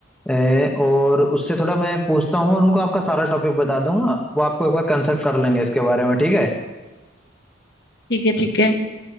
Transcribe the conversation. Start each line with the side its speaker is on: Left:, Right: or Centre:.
Centre: ए, और उससे थोड़ा मैं पूछता हूँ और उनको आपका सारा टॉपिक बता दूंगा वो आपको एक बार कंसल्ट कर लेंगे इसके बारे में ठीक है
Left: ठीक है ठीक है